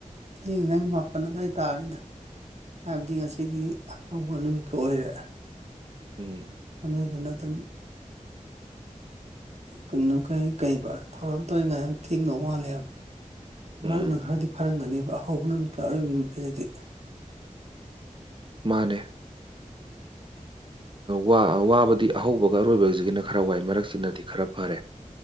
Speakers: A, on the right; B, on the right.
A: ꯊꯦꯡꯉꯅꯤ ꯅꯪ ꯃꯥꯄꯟ ꯑꯗꯏ ꯇꯥꯔꯅꯤꯗ ꯍꯥꯏꯕꯗꯤ ꯉꯁꯤꯗꯤ ꯑꯍꯧꯕ ꯅꯨꯃꯤꯠꯀ ꯑꯣꯏꯔꯦ
B: ꯎꯝ
A: ꯑꯗꯨꯗꯨꯅ ꯑꯗꯨꯝ ꯀꯩꯅꯣ ꯀꯩ ꯀꯩꯕ ꯊꯧꯔꯝ ꯇꯧꯔꯤꯉꯩꯗ ꯑꯗꯨꯝ ꯊꯦꯡꯗꯧ ꯃꯥꯜꯂꯦꯕ
B: ꯎꯝ
A: ꯃꯔꯛꯅ ꯈꯔꯗꯤ ꯐꯥꯔꯝꯒꯅꯦꯕ ꯍꯧꯕ ꯅꯨꯃꯤꯠꯇꯀ ꯑꯔꯣꯏꯕ ꯅꯨꯃꯤꯠꯀꯖꯤꯗꯤ
B: ꯃꯥꯅꯦ ꯋꯥ ꯋꯥꯕꯗꯤ ꯑꯍꯧꯕꯒ ꯑꯔꯣꯏꯕꯖꯤꯒꯅ ꯈꯔ ꯋꯥꯏ ꯃꯔꯛꯁꯤꯅꯗꯤ ꯈꯔ ꯐꯔꯦ